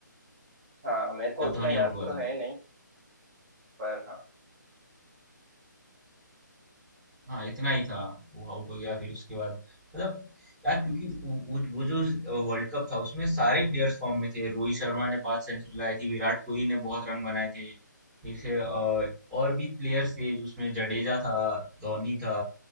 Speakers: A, on the right; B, in the centre.
A: हाँ मेरे को
B: जब
A: उतना
B: धोनी
A: याद
B: आउट हुआ
A: तो
B: था
A: है नहीं पर हाँ
B: हाँ इतना ही था वो आउट हो गया फिर उसके बाद मतलब यार क्योंकि वो, वो वो जो वर्ल्ड कप था उसमें सारे प्लेयर्स फॉर्म में थे रोहित शर्मा ने पांच सेंचुरी लाई थी विराट कोहली ने बहुत रन बनाए थे फिर से अ, और भी प्लेयर्स थे उसमें जडेजा था धोनी था